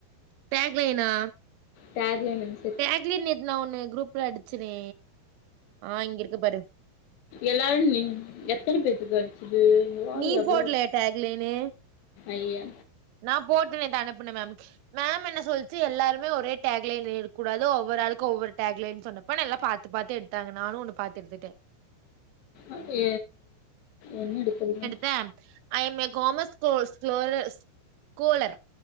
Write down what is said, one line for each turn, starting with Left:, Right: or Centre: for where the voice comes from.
Right: டேக்லைனா
Left: டேக்லைன் <unintelligible>
Right: டேக்லைன் நேத்து நா ஒன்னு ஒண்ணு குரூப்ல அடிச்சனே ஆ இங்க இருக்கு பாரு
Left: எல்லாரு நீ எத்தன பேத்துக்கு அடிச்சுது வாரி
Right: நீ
Left: எவ்வளோ
Right: போடல டேக்லேனு
Left: ஐயா
Right: நா போட்டு நேத்து அனுப்புனே மேம்கு மேம் என்ன சொல்ச்சு எல்லாருமே ஒரே டேக் லைன் எடுக்க கூடாது ஒவ்வொரு ஆளுக்கு ஒவ்வொரு டேக் லைன்னனு சொன்ன இப்ப நல்லா பாத்து பாத்து எடுத்தாங்க நானு ஒன்னு பாத்து எடுத்துட்டே
Left: ஓகே என்ன எடுக்ரது
Right: then I am a commerce scholars scholars scholar